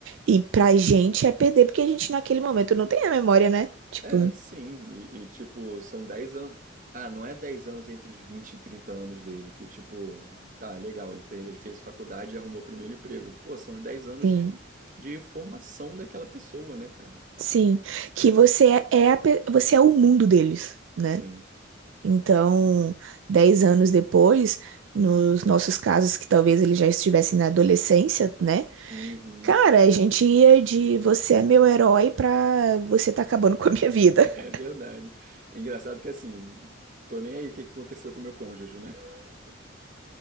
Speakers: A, on the right; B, on the right.
A: E pra gente é perder, porque a gente naquele momento não tem a memória, né? Tipo,
B: É, sim. E, e, tipo, são 10 anos. Ah, não é 10 anos entre os 20 e 30 anos dele, que tipo, tá, legal, ele, pe- ele fez faculdade e arrumou o primeiro emprego. Pô, são os 10 anos
A: tem
B: de, de formação daquela pessoa, né, cara?
A: Sim, que você é é a pe- você é o mundo deles, né?
B: Sim.
A: Então, dez anos depois, nos nossos casos que talvez eles já estivessem na adolescência, né?
B: Uhum.
A: Cara,
B: <laughs>
A: a gente ia de você é meu herói pra você tá acabando com a minha vida. <laughs>
B: É verdade. Engraçado que assim, tô nem aí o que que aconteceu com o meu cônjuge, né? <laughs>